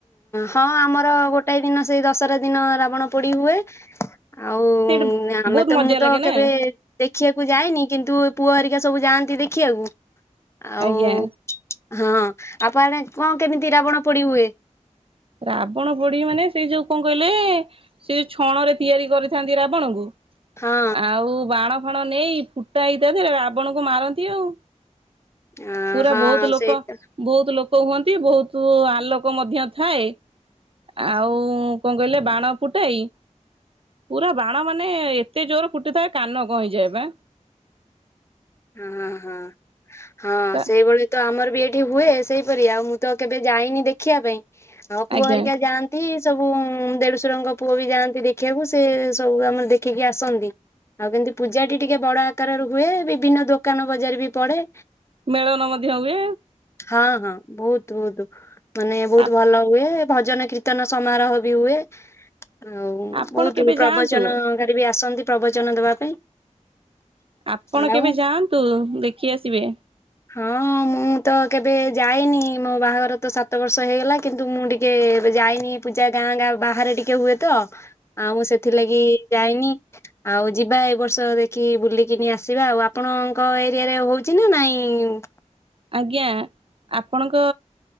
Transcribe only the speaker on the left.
ହଁ ଆମର ଗୋଟାଏ ଦିନ ସେଇ ଦଶରା ଦିନ ରାବଣ ପୋଡ଼ି ହୁଏ। ଆଉ
ଆମେ
ତ
ମୁଁ ତ
କେବେ ଦେଖିବାକୁ ଯାଇନି। କିନ୍ତୁ ପୁଅ ହରିକା ସବୁ ଯାଆନ୍ତି ଦେଖିବାକୁ। ଆଉ
ହଁ ଆପଣ କଣ କେମିତି ରାବଣ ପୋଡ଼ି ହୁଏ?
ହଁ।
ଅ,
ହଁ
ସେଇ ତ।
ହୁଁ ହୁଁ ହଁ
ସେଇଭଳି ତ ଆମର ଏଠି ହୁଏ ସେଇପରି ଆଉ ମୁଁ ତ କେବେ ଯାଇନି ଦେଖିବା ପାଇଁ ଆଉ ପୁଅ
ହେରିକା ଯାଆନ୍ତି। ସବୁ ଦେଢୁଶୁରଙ୍କ ପୁଅ ବି ଯାଆନ୍ତି ଦେଖିବାକୁ ସେ ସବୁ ଆମର ଦେଖିକି ଆସନ୍ତି। ଆଉ କେମିତି ପୂଜାଟି ଟିକେ ବଡ଼ ଆକାର ର ହୁଏ ବିଭିନ୍ନ ଦୋକାନ ବଜାର ବି ପଡ଼େ।
ହଁ ହଁ ବହୁତ୍ ବହୁତ୍ ମାନେ ବହୁତ୍
ଭଲ ହୁଏ। ଭଜନ କୀର୍ତ୍ତନ ସମାରୋହ ବି ହୁଏ। ଆଉ
ବହୁତ୍
ପ୍ରବଚନ
<unintelligible> ବି ଆସନ୍ତି ପ୍ରବଚନ ଦବା ପାଇଁ।
ଆଉ
ହଁ, ମୁଁ ତ କେବେ ଯାଇନି ମୋ ବାହାଘର ତ ସାତ ବର୍ଷ ହେଇଗଲା କିନ୍ତୁ ମୁଁ ଟିକେ ଏବେ ଯାଇନି ପୂଜା ଗାଁ ଗାଁ ବାହାରେ ଟିକେ ହୁଏ ତ ଆଉ ମୁଁ ସେଥିଲାଗି ଯାଇନି। ଆଉ ଯିବା ଏ ବର୍ଷ ଦେଖି ବୁଲିକିନି ଆସିବା ଆଉ ଆପଣଙ୍କ ଏରିଆରେ ହଉଛି ନା ନାଇଁ? ହୁଁ।